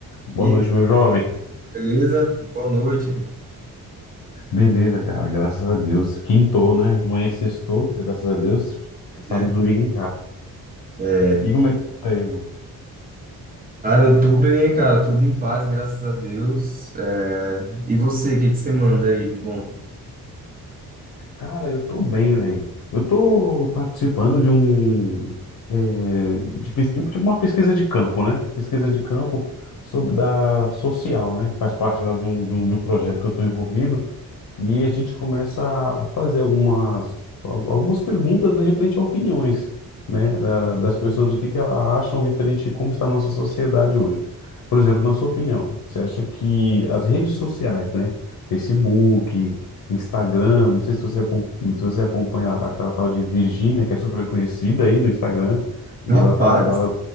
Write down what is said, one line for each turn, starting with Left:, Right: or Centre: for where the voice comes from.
Left: Boa
Right: E
Left: noite,
Right: aí,
Left: meu jovem.
Right: beleza? Boa noite.
Left: Beleza, cara, graças a Deus. Quintou, né? Amanhã é sextou, graças a Deus. Sábado
Right: né?
Left: e domingo em casa.
Right: É,
Left: E como é que tá aí, mano?
Right: cara, eu tô bem, cara, tudo em paz, graças a Deus. É, e você, o que que você manda aí de bom?
Left: Cara, eu tô bem, velho. Eu tô participando de um. é, de, pes- tipo tipo uma pesquisa de campo, né? Pesquisa de campo sobre, da social, né? Faz parte lá de um, de um, de um projeto que eu tô envolvido. E a gente começa a fazer algumas, al- algumas perguntas, né, referente a opiniões, né? da- das pessoas, o que que elas acham referente a como está a nossa sociedade hoje. Por exemplo, na sua opinião, você acha que as redes sociais, né? Facebook. Instagram, não sei se você, acom- se você acompanha aquela tal de Virgínia, que é super conhecida aí no Instagram, e
Right: Rapaz,
Left: ela tá agora,